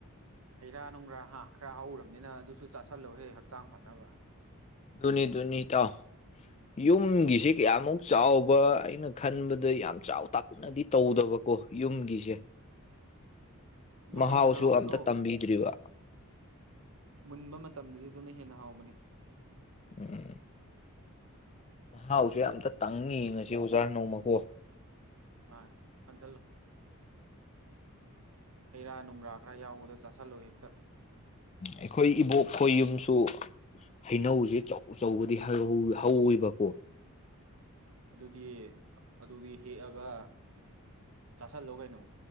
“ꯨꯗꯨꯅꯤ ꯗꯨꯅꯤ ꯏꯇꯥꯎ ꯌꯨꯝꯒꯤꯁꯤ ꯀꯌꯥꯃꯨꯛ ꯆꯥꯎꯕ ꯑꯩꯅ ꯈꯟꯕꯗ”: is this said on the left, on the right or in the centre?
Left